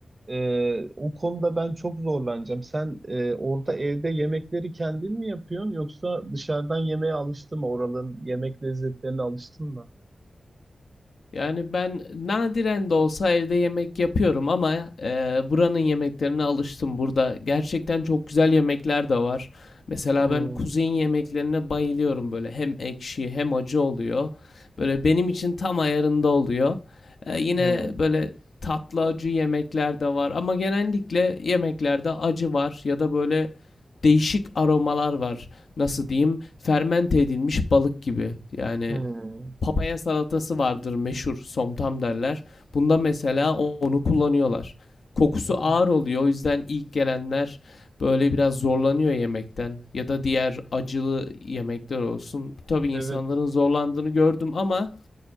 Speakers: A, on the right (about 35°); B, on the left (about 70°).
A: Ee, o konuda ben çok zorlanacağım. Sen e, orada evde yemekleri kendin mi yapıyorsun yoksa dışarıdan yemeğe alıştın mı? Oraların yemek lezzetlerine alıştın mı?
B: Yani ben nadiren de olsa evde yemek yapıyorum ama e, buranın yemeklerine alıştım. Burada gerçekten çok güzel yemekler de var. Mesela
A: Hmm,
B: ben kuzey'in yemeklerine bayılıyorum böyle hem ekşi hem acı oluyor. Böyle benim için tam ayarında oluyor. E, yine
A: hmm,
B: böyle tatlı acı yemekler de var ama genellikle yemeklerde acı var ya da böyle değişik aromalar var. Nasıl diyeyim? Fermente edilmiş balık gibi. Yani
A: hmm.
B: papaya salatası vardır meşhur somtam derler. Bunda mesela onu kullanıyorlar. Kokusu
A: Hı
B: ağır
A: hı.
B: oluyor o yüzden ilk gelenler böyle biraz zorlanıyor yemekten ya da diğer acılı yemekler olsun. Tabii
A: Evet.
B: insanların zorlandığını gördüm ama